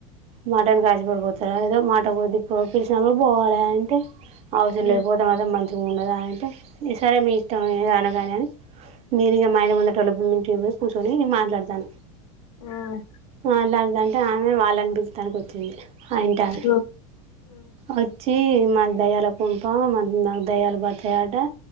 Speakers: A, on the right; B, on the left.
A: మటన్ కి ఆశపడి పో. తరా ఏదో మాట కొద్దీ పో పిలిచినప్పుడు పోవాలి అంటే అవసరం
B: ఉమ్
A: లే పోతే మాత్రం మంచ్ దు ఉండదు అని అంటే, ఈ సరే మీ ఇష్టం అన గాని అని మీరు ఇంగా మా ఇన్ని ముంగటోళ్ బూ న్. టేబుల్స్ కూర్చొని మాట్లాడతాన
B: ఆ ఆ
A: మాట్లాడదంట ఆ మే వాలన్ బి తానికి వచ్చింది ఆ ఇంటి ఆమె
B: ఆ
A: వచ్చి మాద్ దయ్యాళ్ బ్ కొంప మరి నాక్ దయ్యాల్ బట్ త్తేయట